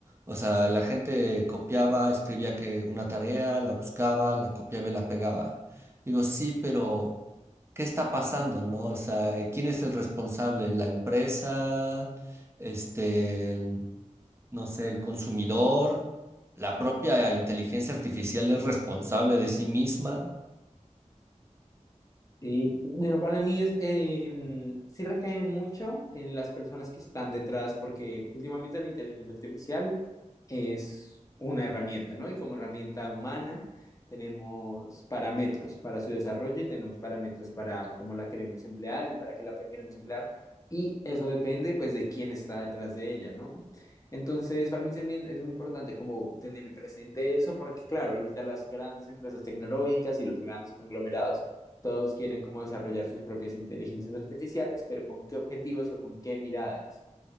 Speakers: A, on the right; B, on the left.
A: O sea, la gente copiaba, escribía que una tarea, la buscaba, la copiaba y la pegaba. Digo, sí, pero ¿qué está pasando, no? O sea, ¿quién es el responsable? ¿La empresa? Este no sé, el consumidor, la propia inteligencia artificial es responsable de sí misma.
B: Sí, bueno, para mí es, em, sí recae mucho en las personas que están detrás, porque últimamente la inteligencia artificial es una herramienta, ¿no? Y como herramienta humana tenemos parámetros para su desarrollo y tenemos parámetros para cómo la queremos emplear y para qué la queremos emplear. Y eso depende, pues, de quién está detrás de ella, ¿no? Entonces, para mí también es muy importante como tener presente eso, porque claro, ahorita las grandes empresas tecnológicas y los grandes conglomerados todos quieren como desarrollar sus propias inteligencias artificiales, pero ¿con qué objetivos o con qué miradas?